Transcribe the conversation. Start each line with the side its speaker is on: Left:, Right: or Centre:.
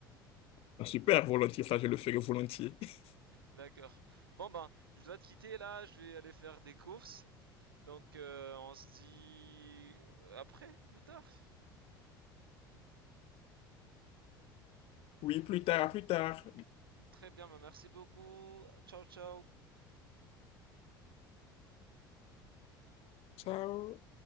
Left: Ah, Super, volontiers, ça, je le ferai volontiers. <laughs>
Right: D'accord. Bon ben, je dois te quitter là, je vais aller faire des courses. Donc euh, on se dit euh, après, plus tard.
Left: Oui, plus tard, à plus tard.
Right: Très bien, ben, merci beaucoup. Ciao, ciao.
Left: Ciao.